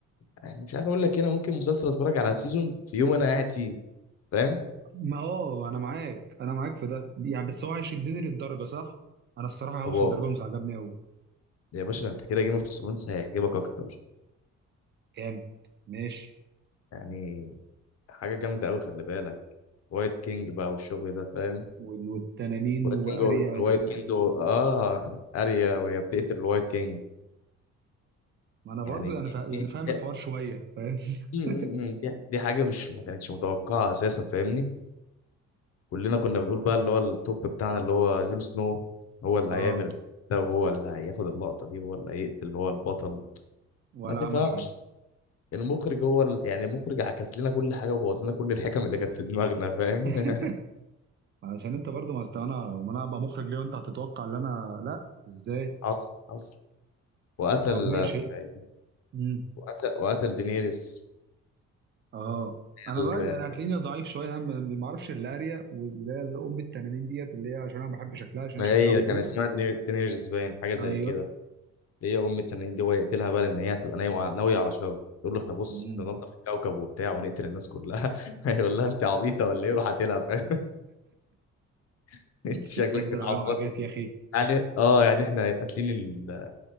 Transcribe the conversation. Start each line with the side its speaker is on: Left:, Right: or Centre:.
Left: يعني مش عارف اقول لك هنا ممكن مسلسل اتفرج على سيزون في يوم انا قاعد فيه فاهم
Right: ما اه انا معاك انا معاك في ده يعني بس هو هيشدني للدرجه صح انا الصراحه هاوس
Left: واو
Right: اوف دراجونز عجبني قوي
Left: يا باشا ده انت كده جيم اوف ثرونز هيعجبك اكتر
Right: كام ماشي
Left: يعني حاجه جامده قوي خلي بالك وايت كينج بقى والشغل ده فاهم
Right: وال- والتنانين
Left: وايت
Right: واريا
Left: كينج هو
Right: و...
Left: الوايت كينج هو اه اريا وهي بتقتل الوايت كينج
Right: ما انا برضو
Left: يعني
Right: يعني فا... يعني
Left: دي
Right: فاهم
Left: دي,
Right: الحوار شويه فاهم <laughs>
Left: م- م- م- دي, دي حاجه مش ما كانتش متوقعه اساسا فاهمني كلنا كنا بنقول بقى اللي هو التوب بتاعنا اللي هو جون سنو هو اللي
Right: اه
Left: هيعمل ده وهو اللي هياخد اللقطه دي وهو اللي هيقتل اللي هو البطل
Right: ولا
Left: ما تفهمش
Right: عمل حاجه
Left: المخرج هو ال... يعني المخرج عكس لنا كل حاجه وبوظ لنا كل الحكم اللي كانت في دماغنا فاهم
Right: <laughs>
Left: <laughs>
Right: عشان انت برضه ما أصل انا وما انا ابقى مخرج ليه وانت هتتوقع ان انا لا ازاي
Left: حصل حصل وقتل
Right: طب ماشي
Left: اسمها ايه
Right: امم
Left: وقتل وقتل دينيريس
Right: اه انا
Left: ال-
Right: بقى يعني هتلاقيني ضعيف شويه انا ما اعرفش الاريا واللي هي اللي ام التنانين ديت اللي هي عشان انا بحب شكلها عشان
Left: ما
Right: هي شكلها
Left: هي
Right: امور
Left: كان اسمها دينير- دينيريس باين حاجه زي
Right: ايوه
Left: كده اللي هي ام التنانين دي هو يقتلها بقى لان هي هتبقى ناويه ناويه على شر يقول له احنا بص
Right: امم
Left: احنا ننضف الكوكب وبتاع ونقتل الناس كلها <laughs> هيقول لها انت عبيطه ولا ايه روح قاتلها فاهم <laughs> انت
Right: الستات
Left: شكلك
Right: دول
Left: بتعبطي
Right: عليهم حاجات يا اخي
Left: يعني اه يعني احنا قاتلين ال-